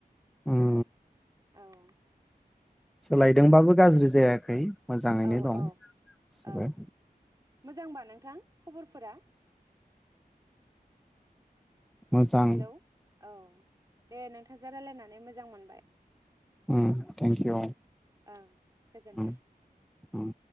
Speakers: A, in the centre; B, on the right.
A: उम
B: औ।
A: सोलायदोंबाबो गाज्रि जाया। खै। मोजाङैनो
B: औ
A: दं
B: औ
A: गबो।
B: औ मोजांबा नोंथां खबरफोरा।
A: मोजां।
B: हेलौ औ दे नोंथांजों राय्लायनानै मोजां मोनबाय।
A: उ थेंक इउ
B: औ गोजोन्थों
A: उ उ।